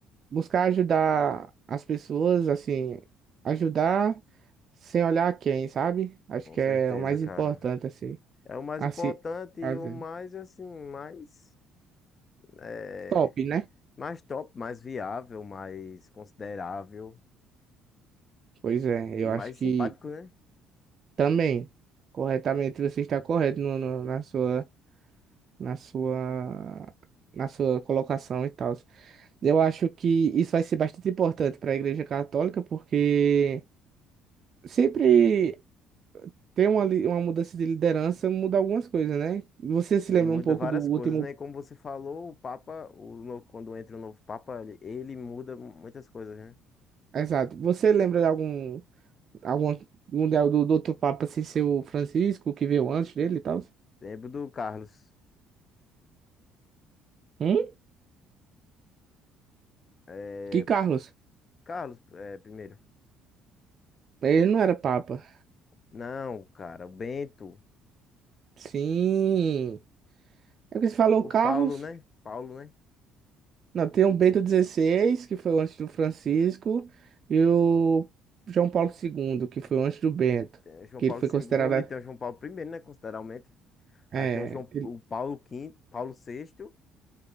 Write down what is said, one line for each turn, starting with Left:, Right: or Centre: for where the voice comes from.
Right: buscar ajudar as pessoas, assim, ajudar sem olhar quem, sabe? Acho
Left: Com
Right: que
Left: certeza,
Right: é o mais
Left: cara.
Right: importante, assim,
Left: É o mais
Right: a
Left: importante
Right: se fazer.
Left: e o mais, assim, mais... É...
Right: Top, né?
Left: Mais top, mais viável, mais considerável
Right: Pois é,
Left: e
Right: eu
Left: mais
Right: acho que
Left: simpático, né?
Right: também, corretamente, você está correto no, no- na sua, na sua, na sua colocação e tal. Eu acho que isso vai ser bastante importante para a Igreja Católica, porque Sempre tem uma, li- uma mudança de liderança, muda algumas coisas, né? Você
Left: Sim,
Right: se lembra
Left: muda
Right: um pouco
Left: várias
Right: do último.
Left: coisas, né? E como você falou, o Papa, o no- quando entra o novo Papa, ele, ele muda muitas coisas, né?
Right: Exato. Você lembra de algum, algum, algum da- do, do outro Papa sem ser o Francisco, que veio antes dele e tal?
Left: Lembro do Carlos.
Right: Hum?
Left: É,
Right: Que Carlos?
Left: Carlos, é, primeiro.
Right: Ele não era Papa.
Left: Não, cara, o Bento,
Right: Sim. É porque você falou
Left: o
Right: Carlos.
Left: Paulo, né? Paulo, né?
Right: Não, tem o Bento dezesseis que foi antes do Francisco, e o João Paulo segundo que foi antes do Bento,
Left: Tem o João
Right: que
Left: Paulo
Right: ele foi
Left: segundo
Right: considerado.
Left: e tem o João Paulo primeiro né? Consideravelmente.
Right: É,
Left: Aí tem o João,
Right: ele-
Left: o Paulo quinto Paulo sexto